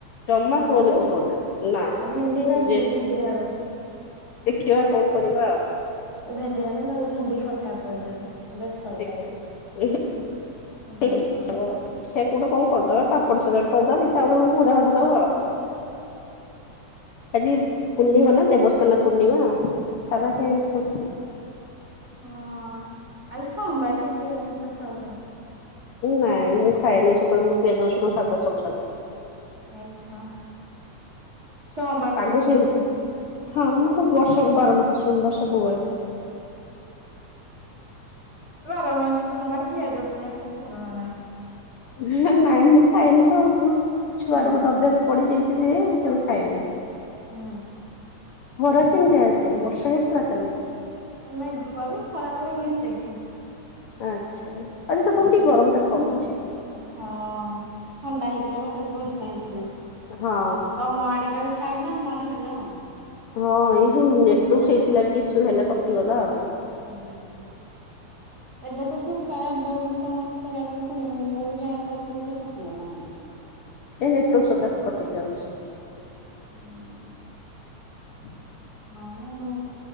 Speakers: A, on the left; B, on the right.
A: ଜମା ଖାଉନି
B: ଆଉ ଆଉ
A: ପୋଟଳ ଟା ନା
B: ଭେଣ୍ଡି ଭାଜି
A: ଯେ
B: ଦେ ଭେଣ୍ଡି ଆଳୁ,
A: ଦେଖିବା କଣ କରିବା ଆଉ।
B: ଭେଣ୍ଡି ଆଳୁ ନହେଲେ ଭେଣ୍ଡି ଖଟା କରିଦିଅ। ବେସର
A: ଦେଖେ
B: ଦେଇକି।
A: ଦେଖିଆ
B: ହଁ ହଁ
A: ଗୋଟେ କଣ କରିଦବା ପାମ୍ପଡ଼ ସାଲାଡ଼ କରିଦବା ଖାଇଦେବା ଭଜା ଭାଜିଦେବା ଆଉ। ଆଜି ପୂର୍ଣ୍ଣିମା ନା ଦେବ ସ୍ନାନ ପୂର୍ଣ୍ଣିମା ସାଧା ଖାଇବେ,
B: ହଁ ଆଉ ସୋମବାର ବି କିଏ ଆମିଷ ଖାଇବ
A: ନାଇଁ ମୁଁ ଖାଇନି ସେ ମୋର ପିଆଜ ରସୁଣ ସାଧା ସବୁ ସାଧା।
B: ଆଚ୍ଛା। ସୋମବାର
A: ପାଗ
B: କରୁଛନ୍ତି
A: କିମିତି?
B: ବୋଲି
A: ହଁ ମୁଁ ବର୍ଷକ ବାର ମାସ ସୋମବାର ସବୁବେଳେ।
B: ବାର ମାସ ସୋମବାର ପିଆଜ ରସୁଣ ଏତେ ବାରଣ ନାହିଁ।
A: ହ ନାଇଁ ମୁଁ ଖାଏନି ତ ଆଉ। ଛୁଆରୁ
B: ହୁଁ।
A: ଗୋଟେ ଅଭ୍ୟାସ ପଡିଯାଇଛି। ମୁଁ କେବେ ଖାଏନି।
B: ହୁଁ।
A: ଖରା କେମିତିଆ ଅଛି ବର୍ଷା ହେଇଥିଲା କାଲି।
B: ମେଘ ପାଗ ଖରା ପାଗ ମିଶେଇକି।
A: ଆଚ୍ଛା। ଆଜି ତଥାପି
B: ଆ <unintelligible>
A: ଟିକେ ଗରମ ଟା କମ ଅଛି
B: ହଁ ଥଣ୍ଡା ହେଇଥିଲା ବା କାଲି ବର୍ଷା ହେଇଥିଲା ଯା।
A: ହଁ।
B: ତମ ଆଡେ କାଲି ଛାଡ଼ିଲା ଆମ ଆଡ଼େ ହେଲା ଆଉ।
A: ହଁ ଏଇ ଯୋଉ ନେଟୱାର୍କ ସେଇଥିଲା କି ଇସ୍ୟୁ ହେଲା କଟିଗଲା ଆଉ।
B: ହୁଁ ଏବେ ତ ସକାଳେ ଏବେ ଗୋଟେ ତମ କରିବା ପୂର୍ବରୁ କୋଡିଏ ମିଣ୍ଟି ଜଣେ କରିଥିଲେ ଯେ କଟିଗଲା।
A: ଏଇ ନେଟୱର୍କ ସକାଶେ କଟି ଯାଉଛି।
B: ହୁଁ -
A: <inaudible>
B: ନାଇଁ ନାଇଁ ଢୁଁ